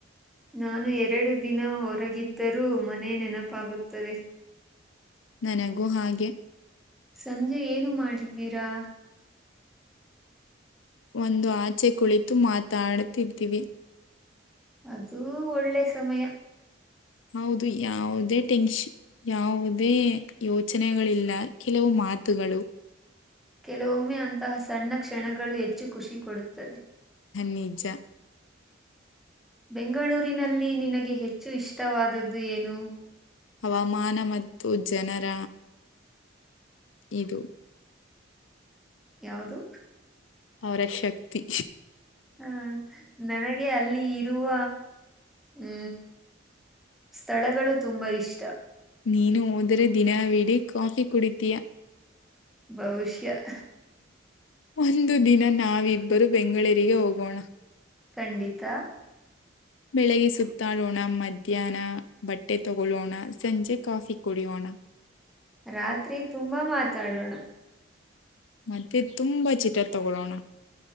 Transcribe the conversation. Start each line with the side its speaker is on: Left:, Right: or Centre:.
Centre: ನಾನು ಎರಡು ದಿನ ಹೊರಗಿದ್ದರೂ ಮನೆ ನೆನಪಾಗುತ್ತದೆ
Left: ನನಗು ಹಾಗೆ
Centre: ಸಂಜೆ ಏನು ಮಾಡಿದ್ದೀರಾ
Left: ಒಂದು ಆಚೆ ಕುಳಿತು ಮಾತಾಡ್ತಿದ್ದೀವಿ
Centre: ಅದುೂ ಒಳ್ಳೆ ಸಮಯ
Left: ಹೌದು ಯಾವುದೇ ಟೆನ್ಷನ್ ಯಾವುದೇ ಯೋಚನೆಗಳಿಲ್ಲ ಕೆಲವು ಮಾತುಗಳು
Centre: ಕೆಲವೊಮ್ಮೆ ಅಂತಹ ಸಣ್ಣ ಕ್ಷಣಗಳು ಹೆಚ್ಚು ಖುಷಿ ಕೊಡುತ್ತದೆ
Left: ನಿಜ
Centre: ಬೆಂಗಳೂರಿನಲ್ಲಿ ನಿನಗೆ ಹೆಚ್ಚು ಇಷ್ಟವಾದದ್ದು ಏನು
Left: ಹವಾಮಾನ ಮತ್ತು ಜನರ ಇದು
Centre: ಯಾವ್ದು
Left: ಅವರ ಶಕ್ತಿ
Centre: ಹಾ ನನಗೆ ಅಲ್ಲಿ ಇರುವ ಹೂ ಸ್ಥಳಗಳು ತುಂಬಾ ಇಷ್ಟ
Left: ನೀನು ಹೋದರೆೆ ದಿನವಿಡ ಕಾಫಿ ಕುಡಿತೀಯಾ
Centre: ಬಹುಶ್ಯಃ
Left: ಒಂದು ದಿನ ನಾವಿಬ್ಬರು ಬೆಂಗಳೂರಿಗೆ ಹೋಗೋಣ
Centre: ಖಂಡಿತಾ
Left: ಬೆಳಿಗ್ಗೆ ಸುತ್ತಾಡೋಣ ಮಧ್ಯಾಹ್ನ ಬಟ್ಟೆ ತಗೊಳ್ಳೋಣ ಸಂಜೆ ಕಾಫಿ ಕುಡಿಯವೋಣ
Centre: ರಾತ್ರಿ ತುಂಬಾ ಮಾತಾಡೋಣ
Left: ಮತ್ತೆ ತುಂಬಾ ಚಿಟ ತಗೊೊಳ್ಳೋಣ